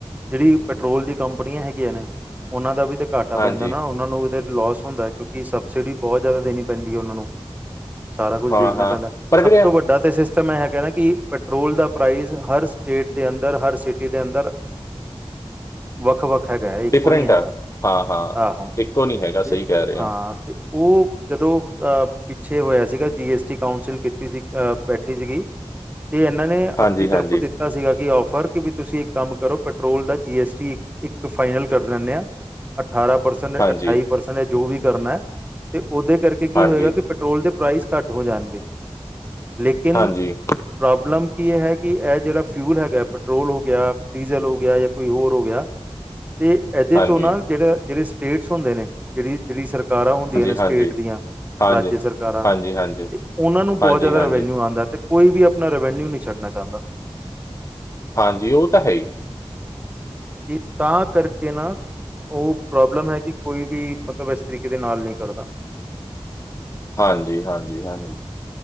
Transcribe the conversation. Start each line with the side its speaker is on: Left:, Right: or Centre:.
Right: ਜਿਹੜੀ ਪੈਟਰੋਲ ਦੀ ਕੰਪਨੀਆਂ ਹੈਗੀਆਂ ਨੇ ਉਹਨਾਂ ਦਾ ਵੀ ਤਾਂ ਘਾਟਾ
Left: ਹਾਂਜੀ
Right: ਪੈਂਦਾ ਨਾ ਉਹਨਾਂ ਨੂੰ ਉਹਦੇ ਲੋਸ ਹੁੰਦਾ ਕਿਉਂਕਿ ਸਬਸਿਡੀ ਬਹੁਤ ਜ਼ਿਆਦਾ ਦੇਣੀ ਪੈਂਦੀ ਹੈ ਉਹਨਾਂ ਨੂੰ। ਸਾਰਾ ਕੁਝ
Left: ਹਾਂ
Right: ਦੇਖਣਾ
Left: ਹਾਂ
Right: ਪੈਂਦਾ
Left: ਪਰ
Right: ਸਭ
Left: ਵੀਰੇ
Right: ਤੋਂ ਵੱਡਾ ਤਾਂ ਸਿਸਟਮ ਇਹ ਹੈਗਾ ਨਾ ਕਿ ਪੈਟਰੋਲ ਦਾ ਪ੍ਰਾਈਜ਼ ਹਰ ਹਰ ਸਟੇਟ ਦੇ ਅੰਦਰ, ਹਰ ਸਿਟੀ ਦੇ ਅੰਦਰ ਵੱਖ -ਵੱਖ ਹੈਗਾ ਹੈ ਇੱਕੋ
Left: ਡਿਫਰੈਂਟ
Right: ਨੀ ਹੈਗਾ।
Left: ਆ ਹਾਂ ਹਾਂ
Right: ਆਹੋ
Left: ਇੱਕੋ ਨਹੀਂ ਹੈਗਾ
Right: ਤੇ
Left: ਸਹੀ ਕਹਿ ਰਹੇ
Right: ਹਾਂ।
Left: ਹੋ
Right: ਤੇ ਉਹ ਜਦੋਂ, ਪਿੱਛੇ ਹੋਇਆ ਸੀਗਾ ਜੀ ਐਸ ਟੀ ਕਾਂਸਿਲ ਕੀਤੀ ਸੀ ਬੈਠੀ ਸੀਗੀ।
Left: <inaudible>
Right: ਤੇ ਇਹਨਾਂ ਨੇ
Left: ਹਾਂਜੀ
Right: ਆਪਣੀ ਤਰਫੋਂ
Left: ਹਾਂਜੀ
Right: ਦਿੱਤਾ। ਕੀਤਾ ਸੀਗਾ ਕਿ ਔਫਰ ਕਿ ਵੀ ਤੁਸੀਂ ਇੱਕ ਕੰਮ ਕਰੋ ਪੈਟਰੋਲ ਦਾ ਜੀ ਐਸ ਟੀ ਇੱਕ ਫਾਈਨਲ ਕਰ ਦਿੰਦੇ ਆ। ਅਠਾਰਾਂ ਪਰਸੈਂਟ,
Left: ਹਾਂਜੀ
Right: ਅਠਾਈ ਪਰਸੈਂਟ ਜਾਂ ਜੋ ਵੀ ਕਰਨਾ ਤੇ ਉਹਦੇ ਕਰਕੇ ਕੀ
Left: ਹਾਂਜੀ
Right: ਹੋਏਗਾ ਕਿ ਪੈਟਰੋਲ ਦੇ ਪ੍ਰਾਈਸ ਘੱਟ ਹੋ ਜਾਣਗੇ। ਲੇਕਿਨ
Left: ਹਾਂਜੀ
Right: ਪ੍ਰੋਬਲਮ ਕੀ ਹੈ ਕਿ ਇਹ ਜਿਹੜਾ ਫਿਊਲ ਹੈਗਾ ਪੈਟਰੋਲ ਹੋ ਗਿਆ, ਡੀਜ਼ਲ ਹੋ ਗਿਆ ਜਾਂ ਕੋਈ ਹੋਰ ਹੋ ਗਿਆ ਤੇ ਇਹਦੇ
Left: ਹਾਂਜੀ ਹਾਂਜੀ
Right: ਤੋਂ ਨਾ ਜਿਹੜੇ- ਜਿਹੜੇ ਸਟੇਟਸ ਹੁੰਦੇ ਨੇ ਜਿਹੜੀ- ਜਿਹੜੀ ਸਰਕਾਰਾਂ ਹੁੰਦੀਆਂ ਨੇ ਸਟੇਟ
Left: ਹਾਂਜੀ
Right: ਦੀਆਂ।
Left: ਹਾਂਜੀ
Right: ਰਾਜਯ ਸਰਕਾਰਾਂ
Left: ਹਾਂਜੀ ਹਾਂਜੀ
Right: ਤੇ ਉਹਨਾਂ ਨੂੰ ਬਹੁਤ
Left: ਹਾਂਜੀ,
Right: ਜ਼ਿਆਦਾ
Left: ਹਾਂਜੀ।
Right: ਰਵੈਨਿਊ ਆਉਂਦਾ ਤੇ ਕੋਈ ਵੀ ਆਪਣਾ ਰਵੈਨਿਊ ਨਹੀਂ ਛੱਡਣਾ ਚਾਹੁੰਦਾ।
Left: ਹਾਂਜੀ ਉਹ ਤਾਂ ਹੈ ਹੀ।
Right: ਕਿ ਤਾਂ ਕਰਕੇ ਨਾ ਉਹ ਪ੍ਰੋਬਲਮ ਹੈ ਕਿ ਕੋਈ ਵੀ ਮਤਲਬ ਇਸ ਤਰੀਕੇ ਦੇ ਨਾਲ ਨਹੀਂ ਕਰਦਾ।
Left: ਹਾਂਜੀ- ਹਾਂਜੀ- ਹਾਂਜੀ।